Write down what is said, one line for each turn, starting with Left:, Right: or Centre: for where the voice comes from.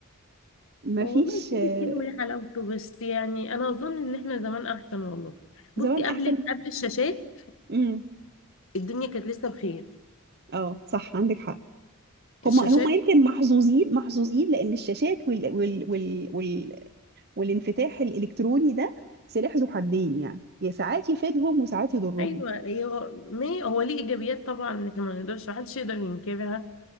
Right: مفيش
Left: هو والله كل
Right: آه،
Left: جيل وليه حلاوته بس يعني انا اظن ان احنا زمان احسن والله بصي
Right: زمان
Left: قبل
Right: احسن
Left: قبل الشاشات
Right: امم
Left: الدنيا كانت لسه بخير
Right: اه صح عندك حق هم
Left: الشاشات
Right: هم يمكن محظوظين محظوظين لان الشاشات وال وال وال وال والانفتاح الالكتروني ده سلاح ذو حدين يعني يا ساعات يفيدهم وساعات يضرهم
Left: ايوه هي هو ما هي- هو ليه ايجابيات طبعا احنا ما نقدرش محدش يقدر ينكرها